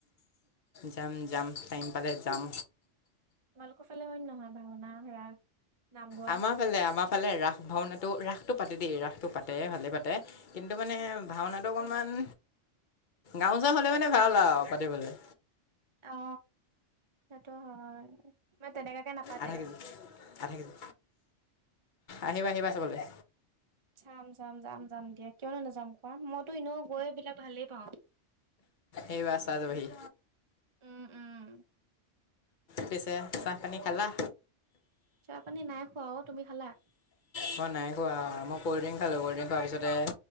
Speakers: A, on the left; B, on the right.
A: যাম যাম টাইম পালে যাম
B: সেইফালে অইন নহয় ভাওনা ৰাস নাম গোৱা
A: আমাৰ ফালে আমাৰ ফালে ৰাস ভাওনাটো ৰাসটো পাতে দেই ৰাসটো পাতে পাতে ভালে পাতে কিন্তু মানে ভাওনাটো অকণমান গামোচা হ'লে মানে ভাল আৰু পাতিবলৈ
B: অ সিটো হয় মানে তেনেকাকে নাপাতে
A: আধা কেজি আধা কেজি আহিবা আহিবা চাবলৈ
B: চাম চাম যাম যাম দিয়া কিয়নো নাযাম কোৱা মইতো এনেও গৈবিলে ভালেই পাওঁ
A: এইবাৰ চাই যাবাহি
B: উম উম
A: পিছে চাহ পানী খালা
B: চাহ পানী নাই খোৱা অ তুমি খালা
A: মই নাই খোৱা মই কল্ড্ৰিংক খালো কল্ড্ৰিংক খোৱাৰ পিছতে